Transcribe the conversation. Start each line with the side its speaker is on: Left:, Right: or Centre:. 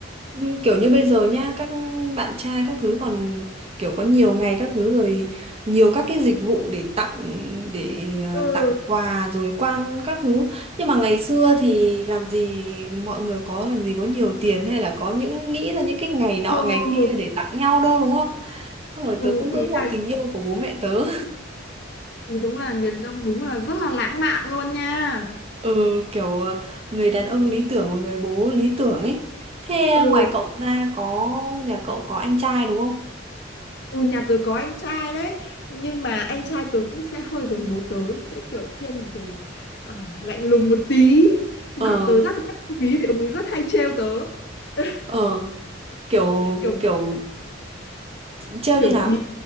Right: Như kiểu như bây giờ nhá các bạn trai các thứ còn kiểu có nhiều ngày các thứ rồi nhiều các cái dịch vụ để tặng để ờ,
Left: ừ
Right: tặng quà rồi quang các thứ nhưng mà ngày xưa thì làm gì mọi người có làm gì có nhiều tiền hay là có những nghĩ ra những cái ngày nọ
Left: ừ
Right: ngày kia để tặng nhau đâu đúng không xong rồi
Left: ừ
Right: tớ cũng
Left: ý
Right: ngưỡng mộ
Left: là
Right: tình yêu của bố mẹ tớ
Left: thì đúng là người đàn ông đúng là rất là lãng mạn luôn nha
Right: <laughs> ừ kiểu ờ, người đàn ông lý tưởng và người bố lý tưởng ấy thế
Left: ừ
Right: ngoài cậu ra có nhà cậu có anh trai đúng không
Left: Ừ, nhà tớ có anh trai đấy nhưng mà anh trai tớ cũng sẽ hơi giống bố tớ sẽ kiểu thiên về à, lạnh lùng một tí mà
Right: ờ
Left: tớ rất thích ông ý vì ông ấy rất hay trêu tớ <laughs>
Right: ờ kiểu
Left: kiểu
Right: kiểu trêu
Left: kiểu
Right: như nào
Left: chí